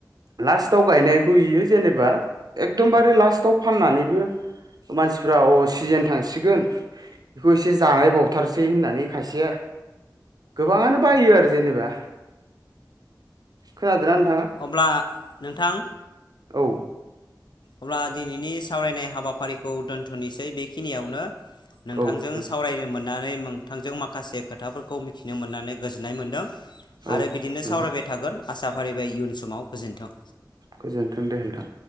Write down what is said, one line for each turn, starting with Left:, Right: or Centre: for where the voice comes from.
Right: लास्टाव गायनायखौ इयो जेनेबा एकदमबारे लास्टाव फाननानैबो मानसिफ्रा अ सिजेन थांसिगोन बेखौ एसे जाहै बावथारसै होननानै खायसेया गोबाङानो बायो आरो जेनेबा खोनादों ना
Left: अब्ला नोंथां
Right: औ
Left: अब्ला दिनैनि सावरायनाय हाबाफारिखौ दोनथ'नोसै बेखिनियावनो। नोंथांजों
Right: औ नोंथां
Left: सावरायनो मोन मोननानै नोंथांजों माखासे खोथाफोरखौ मिथिनो मोननानै गोजोननाय मोन्दों
Right: औ
Left: आरो बिदिनो
Right: नोंथां
Left: सावरायबाय थागोन आसा फारिबाय इयुन समाव गोजोन्थों।
Right: गोजोन्थों दे नोंथां।